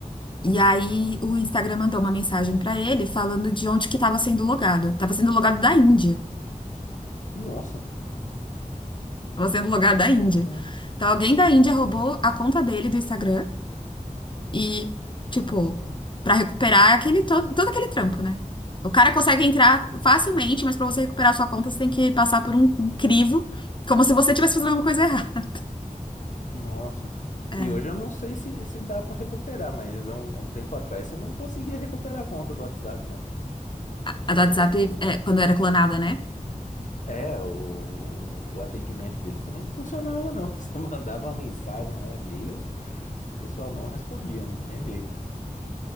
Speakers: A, on the left (about 35°); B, on the left (about 60°).
A: E aí o Instagram mandou uma mensagem pra ele falando de onde que estava sendo logado. Tava sendo logado da Índia.
B: nossa.
A: Tava sendo logado da Índia.
B: Ah,
A: Então alguém da Índia roubou a conta dele do Instagram E, tipo, pra recuperar aquele, todo, todo aquele trampo, né? O cara consegue entrar facilmente, mas pra você recuperar a sua conta, você tem que passar por um, um crivo, como se você estivesse fazendo alguma coisa errada.
B: Nossa.
A: É,
B: E hoje eu não sei se, se dá para recuperar, mas há um, há um tempo atrás você não conseguia recuperar a conta do WhatsApp, não.
A: a
B: O...
A: do WhatsApp, é, quando era clonada, né?
B: É, o... o atendimento deles também não funcionava, não. <laughs> Você mandava uma mensagem lá, e-mail, o pessoal não respondia, não tinha jeito.